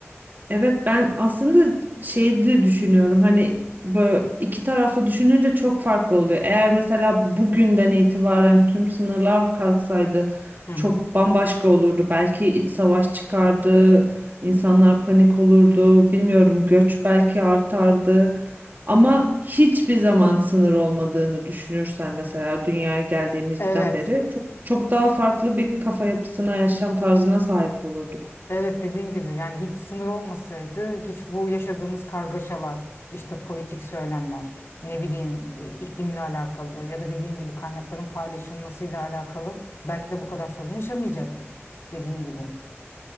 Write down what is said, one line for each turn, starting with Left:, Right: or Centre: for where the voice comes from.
Right: Evet ben aslında şey de düşünüyorum hani böyle iki taraflı düşününce çok farklı oluyor. Eğer mesela bugünden itibaren tüm sınırlar kalksaydı
Left: Hı hı.
Right: çok bambaşka olurdu. Belki iç savaş çıkardı, insanlar panik olurdu, bilmiyorum göç belki artardı. Ama hiçbir zaman sınır olmadığını düşünürsen mesela dünyaya geldiğimizden
Left: Evet.
Right: beri çok çok daha farklı bir kafa yapısına, yaşam tarzına sahip olurduk.
Left: Evet dediğin gibi yani hiç sınır olmasaydı hiç bu yaşadığımız kargaşalar işte politik söylemler ne bileyim e, iklimle alakalı ya da dediğin gibi kaynakların paylaşılmasıyla alakalı belki de bu kadar sorun yaşamayacaktık dediğin gibi.